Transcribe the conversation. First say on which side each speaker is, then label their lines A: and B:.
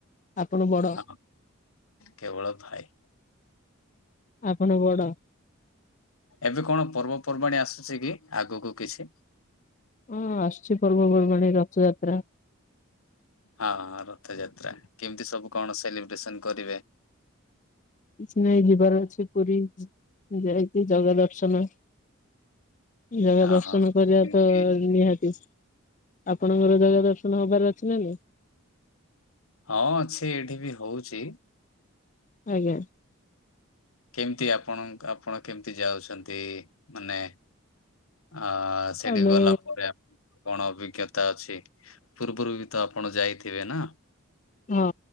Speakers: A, on the left (about 35°); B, on the left (about 80°).
A: ଆପଣ ବଡ
B: ହଁ। କେବଳ ଭାଇ।
A: ଆପଣ ବଡ
B: ଏବେ କଣ ପର୍ବପର୍ବାଣି ଆସୁଛି କି ଆଗକୁ କିଛି?
A: ହଁ ଆସୁଛି ପର୍ବପର୍ବାଣି ରଥଯାତ୍ରା
B: ହଁ ହଁ ରଥଯାତ୍ରା କେମିତି ସବୁ କଣ ସେଲିବ୍ରେସନ କରିବେ?
A: କିଛି ନାଇଁ ଯିବାର ଅଛି ପୁରୀ ଯାଇକି ଜଗା ଦର୍ଶନ। ଜଗା
B: ହଁ
A: ଦର୍ଶନ
B: ହଁ।
A: କରିବା
B: କେମିତି?
A: ତ ନିହାତି। ଆପଣଙ୍କର ଜଗା ଦର୍ଶନ ହବାର ଅଛି ନାଇଁ?
B: ହଁ ଅଛି ଏଇଠି ବି ହଉଛି।
A: ଆଜ୍ଞା।
B: କେମିତି ଆପଣ ଆପଣ କେମିତି ଯାଉଛନ୍ତି ମାନେ ଆ ସେଠି
A: ଆମେ
B: ଗଲା ପରେ ଆ କଣ ଅଭିଜ୍ଞତା ଅଛି ପୂର୍ବରୁ ବି ତ ଆପଣ ଯାଇଥିବେ ନା?
A: ହଁ